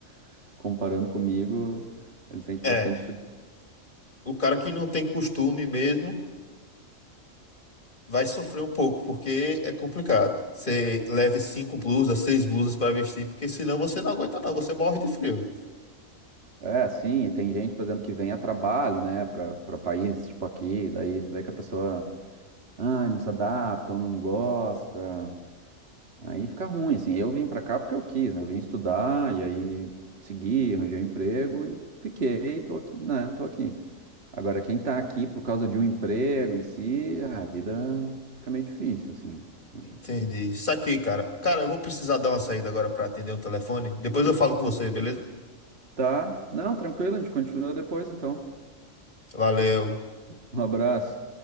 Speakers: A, on the right; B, on the left.
A: <laughs> Comparando comigo, ele sente bastante
B: É,
A: frio.
B: o cara que não tem costume mesmo. vai sofrer um pouco, porque é complicado. Você leve cinco blusas, seis blusas para vestir, porque senão você não aguenta, não. Você morre de frio.
A: É, sim, e tem gente, por exemplo, que vem a trabalho, né, para para países tipo aqui, daí tu vê que a pessoa Ah, não se adapta ou não gosta. Aí fica ruim, assim. Eu vim pra cá porque eu quis, né? Eu vim estudar e aí segui, arranjei um emprego e fiquei, tô aqui, né? Tô aqui. Agora, quem tá aqui por causa de um emprego em si, ah, a vida fica meio difícil, assim. né?
B: Entendi. Saquei, cara. Cara, eu vou precisar dar uma saída agora para atender um telefone. Depois eu falo com você, beleza?
A: Tá? Não, tranquilo, a gente continua depois, então.
B: Valeu.
A: Um abraço.